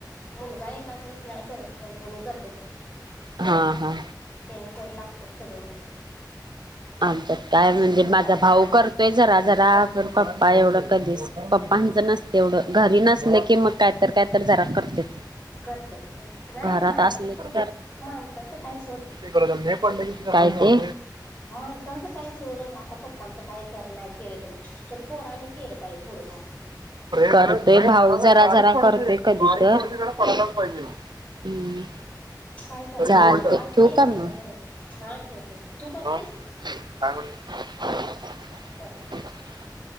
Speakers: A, on the left; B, on the right.
A: मुलगा ए व नाही करत पण हे नाही करते ते,
B: हा हा
A: यानी करू लागते सगळं मला.
B: आमच्यात काय म्हणजे
A: म्हणलं
B: माझा
A: आता
B: भाऊ करतोय, जरा जरा पण् प पप्पा एवढं कधीच पप्पांचं नसते, एवढं घरी नसले की मग कायतरी कायतरी जरा करतेत.
A: करत्यात होय. नाही
B: घरात
A: माणसं
B: असले की
A: खूप माणसांचं काय सोड
B: <unintelligible> काय ते?
A: माणसांचं काय सोड, आता पप्पांचं काय कर नाही केलं तर पोराने केलं पाहिजे थोडं.
B: करतोय भाऊ जरा जरा करतोय, कधी तर हम्म.
A: काय करायचं
B: चालतंय
A: असते
B: ठेवू
A: एखाद्याच्या
B: का मग?
A: घरात, हा ठेवतो तू करतेस.
B: मग <unintelligible>
A: हा कर